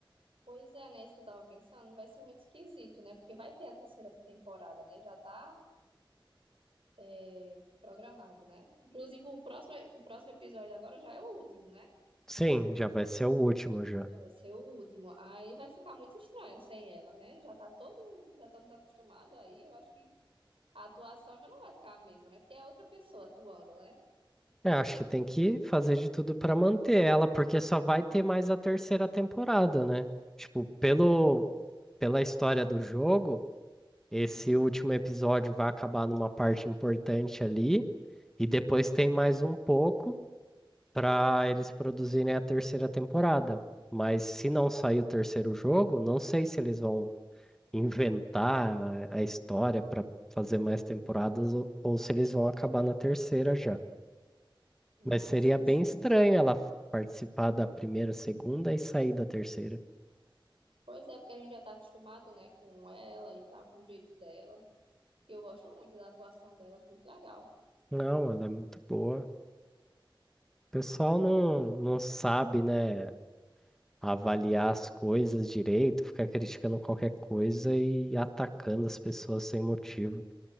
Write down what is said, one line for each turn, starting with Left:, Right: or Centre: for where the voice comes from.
Right: Pois é, né? Isso que eu tava pensando. Vai ser muito esquisito, né? Porque vai ter a terceira temporada, né? Já tá, é, programado, né? Inclusive, o próximo, o próximo episódio agora já é o último, né?
Centre: Sim, já vai ser o último já.
Right: Já vai ser o último. Aí vai ficar muito estranho sem ela, né? Já tá todo, já estamos acostumados aí. Eu acho que a atuação já não vai ficar a mesma, né? Porque é outra pessoa atuando, né?
Centre: É, acho que tem que fazer de tudo pra manter ela, porque só vai ter mais a terceira temporada, né? Tipo, pelo, pela história do jogo, esse último episódio vai acabar numa parte importante ali. E depois tem mais um pouco para eles produzirem a terceira temporada. Mas se não sair o terceiro jogo, não sei se eles vão inventar a a história para fazer mais temporadas ou, ou se eles vão acabar na terceira já.
Right: Ah,
Centre: Mas seria
Right: sim,
Centre: bem
Right: sim.
Centre: estranho ela participar da primeira, segunda e sair da terceira.
Right: Pois é, porque a gente já tá acostumado, né, com ela e tal, com o jeito dela. Que eu gosto muito da atuação dela, acho muito legal.
Centre: Não, ela é muito boa. O pessoal não, não sabe, né? avaliar as coisas direito, ficar criticando qualquer coisa e atacando as pessoas sem motivo.